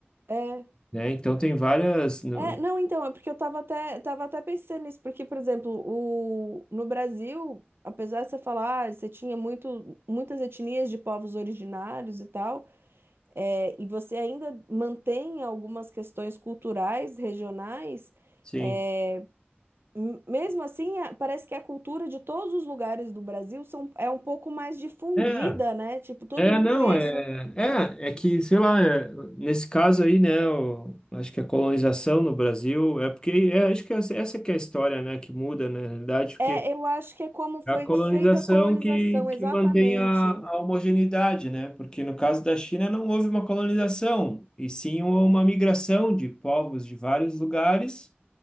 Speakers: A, on the right; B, on the left.
A: É,
B: né? Então tem várias. no-
A: é, não, então, é porque eu tava até, tava até pensando nisso, porque, por exemplo, o, no Brasil, apesar de você falar, ah, você tinha muito, muitas etnias de povos originários e tal. é, e você ainda mantém algumas questões culturais, regionais,
B: Sim.
A: é, m- mesmo assim, a- parece que a cultura de todos os lugares do Brasil são, é um pouco mais difundida,
B: É,
A: né? Tipo, todo
B: é,
A: mundo
B: não,
A: conhece
B: é,
A: um.
B: é, é que, sei lá, é, nesse caso aí, né, eu acho que a colonização no Brasil é porque, é, acho que essa, essa que é a história, né, que muda, né, na realidade, porque
A: É, eu acho que é como foi
B: É a colonização
A: feita a colonização,
B: que,
A: exatamente.
B: que mantém a, a homogeneidade, né? Porque no caso da China não houve uma colonização, e sim uma migração de povos de vários lugares